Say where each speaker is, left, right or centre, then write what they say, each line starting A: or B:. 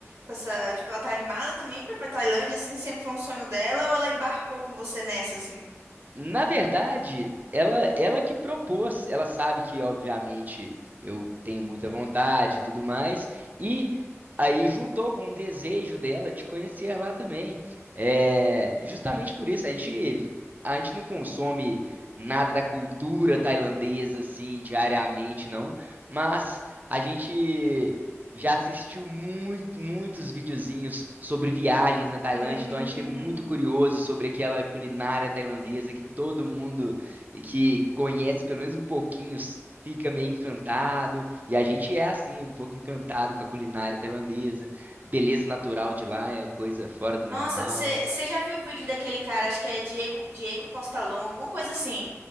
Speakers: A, on the right; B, on the right.
A: com essa, tipo, ela tá animada também pra ir pra Tailândia, assim, sempre foi um sonho dela, ou ela embarcou com você nessa, assim?
B: Na verdade, ela, ela que propôs. Ela sabe que, obviamente, eu tenho muita vontade e tudo mais. E aí juntou com um desejo dela de conhecer lá também. É, justamente por isso, a gente, a gente não consome nada da cultura tailandesa, assim, diariamente, não. Mas a gente. Já assistiu muito, muitos videozinhos sobre viagens na Tailândia,
A: Hum.
B: então a gente tem muito curioso sobre aquela culinária tailandesa que todo mundo que conhece pelo menos um pouquinho s- fica meio encantado, e a gente é assim, um pouco encantado com a culinária tailandesa. Beleza natural de lá é coisa fora do
A: Nossa,
B: normal.
A: você já viu o vídeo daquele cara, acho que é Diego, Diego Costa Long, alguma coisa assim,